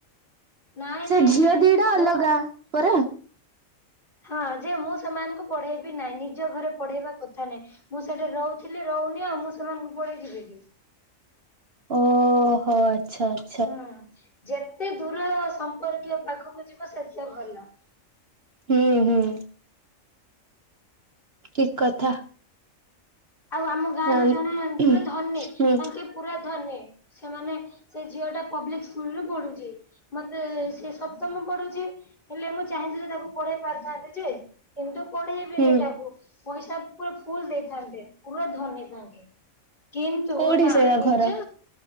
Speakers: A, on the left (about 40°); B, on the right (about 50°).
A: ନାଇଁ
B: ସେ
A: ନାଇଁ
B: ଝିଅ
A: ନାଇଁ
B: ଦିଟା ଅଲଗା
A: ମୁଁ
B: ପରା।
A: ହଁ ଯେ ମୁଁ ସେମାନଙ୍କୁ ପଢେଇବି ନାଇଁ ନିଜ ଘରେ ପଢେଇବା କଥା ନାଇଁ। ମୁଁ ସେଠି ରହୁଥିଲି ରହୁନି ଆଉ ମୁଁ ସେମାନଙ୍କୁ ପଢେଇ ଯିବିି କି?
B: ଓହୋ ଆଚ୍ଛା ଆ
A: ହୁଁ ଯେତେ ଦୂର ସମ୍ପର୍କୀୟ ପାଖକୁ ଯିବ ସେତେ ଭଲ।
B: ହୁଁ ହୁଁ। ଠିକ୍ କଥା।
A: ଆଉ ଆମ ଗାଁ
B: ହଁ
A: ର ଜଣେ
B: ହୁଁ
A: ପୁରା ଧନୀ ତାଙ୍କେ ପୁରା ଧନୀ ସେମାନେ ସେ ଝିଅ ଟା ପବ୍ଲିକ ସ୍କୁଲ ରୁ ପଢୁଛି। ମତେ ସେ ସପ୍ତମ ପଢୁଛି। ହେଲେ ମୁଁ ଚାହିଁଥିଲେ ତାକୁ ପଢେଇ ପାରିଥାନ୍ତି ଯେ କିନ୍ତୁ ପଢେଇବିନି
B: ହୁଁ
A: ତାକୁ ପଇସା ପୁରା ଫୁଲ୍ ଦେଇଥାନ୍ତେ। ପୁରା ଧନୀ ତାଙ୍କେ କିନ୍ତୁ
B: କୋଉଠି
A: ନା
B: ସେୟା
A: ନିଜ
B: ଘର